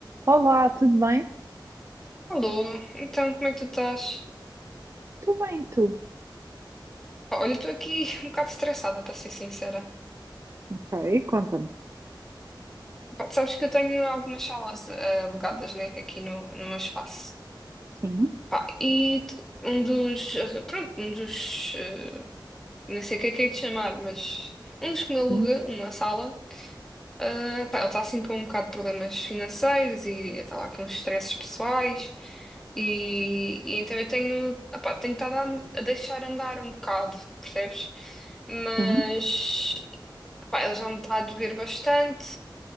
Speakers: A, on the right; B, in the centre.
A: Olá, tudo bem?
B: Alô, então como é que tu estás?
A: Tudo bem, e tu?
B: Pá, Olha, estou aqui <laughs> um bocado estressada, para ser sincera.
A: Ok, conta-me.
B: Pá, tu sabes que eu tenho algumas salas eh, alugadas, né, aqui no, no meu espaço.
A: Sim,
B: Pá, e t- um dos, pronto, um dos, eh, não sei o que é que é de chamar, mas um dos que me aluga
A: sim,
B: uma sala Ah, pá, ela está assim com um bocado de problemas financeiros e está lá com uns estresses pessoais e, e então eu tenho, ah, pá, tenho estado a, a deixar andar um bocado, percebes? Mas
A: sim.
B: pá, ela já me está a beber bastante